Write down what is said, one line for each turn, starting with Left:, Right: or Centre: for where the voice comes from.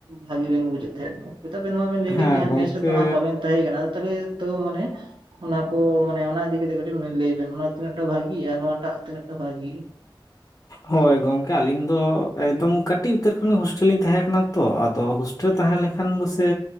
Right: ᱵᱷᱟᱹᱜᱤ ᱵᱮᱱ ᱵᱩᱡᱮᱫ ᱛᱟᱦᱮᱸᱫ ᱦᱳᱭ ᱛᱚ ᱟᱵᱮᱱ ᱱᱚᱣᱟ ᱵᱮᱱ ᱞᱟᱹᱭ
Left: ᱦᱮᱸ
Right: ᱠᱮᱫ ᱜᱮ ᱦᱟᱸᱜ
Left: ᱜᱚᱢᱠᱮ
Right: ᱢᱮᱥ ᱨᱮ ᱫᱚ ᱦᱟᱸᱜ ᱵᱟᱵᱮᱱ ᱛᱟᱦᱮ ᱠᱟᱱᱟ ᱛᱟᱦᱞᱮ ᱛᱟᱹᱣ ᱢᱟᱱᱮ ᱚᱱᱟ ᱠᱚ ᱢᱟᱱᱮ ᱚᱱᱟ ᱤᱫᱤ ᱠᱟᱛᱮᱫ ᱠᱟᱹᱴᱤᱡ ᱞᱟᱹᱭ ᱵᱮᱱ ᱚᱱᱟ ᱛᱤᱱᱟᱹᱜ ᱴᱟᱜ ᱵᱷᱟᱜᱤ ᱱᱚᱣᱟ ᱴᱟᱜ ᱛᱤᱱᱟᱹᱜ ᱴᱟᱜ ᱵᱷᱟᱜᱤ
Left: ᱦᱳᱭ ᱜᱚᱝᱠᱮ ᱟᱹᱞᱤᱧ ᱫᱚ ᱮᱠᱫᱚᱢ ᱠᱟᱹᱴᱤᱡ ᱩᱛᱟᱹᱨ ᱠᱷᱚᱱ ᱜᱮ ᱦᱳᱥᱴᱮᱞ ᱨᱮᱞᱤᱧ ᱛᱟᱦᱮᱸ ᱠᱟᱱᱟ ᱛᱚ ᱛᱚ ᱟᱫᱚ ᱦᱳᱥᱴᱮᱞ ᱨᱮ ᱛᱟᱦᱮᱸ ᱞᱮᱠᱷᱟᱱ ᱫᱚ ᱥᱮ